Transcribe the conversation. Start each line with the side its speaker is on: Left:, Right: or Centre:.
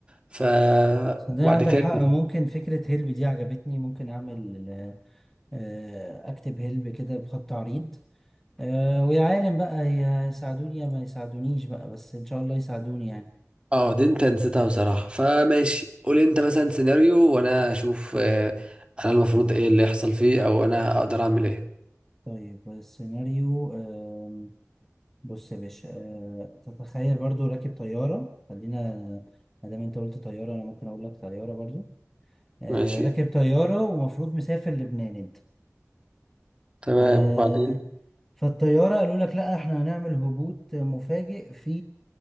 Right: ف
Centre: صدقني
Right: وبعد
Centre: عندك
Right: كده
Centre: حق ممكن فكرة هيلب دي عجبتني ممكن أعمل آه، أكتب هيلب كده بخط عريض آه، ويا عالم بقى يساعدوني يا ما يساعدونيش بقى بس إن شاء الله يساعدوني يعني
Right: اه دي انت نسيتها بصراحه فماشي قول انت مثلا سيناريو وانا اشوف آه، انا المفروض ايه اللي يحصل فيه او انا اقدر اعمل ايه
Centre: طيب السيناريو آم، بص يا باشا آه، تتخيل برضو راكب طيارة خلينا ما دام انت قلت طيارة انا ممكن اقول لك طيارة برضو آه،
Right: ماشي
Centre: راكب طيارة ومفروض مسافر لبنان انت
Right: تمام
Centre: آه،
Right: وبعدين
Centre: فالطيارة قالوا لك لا احنا هنعمل هبوط مفاجئ في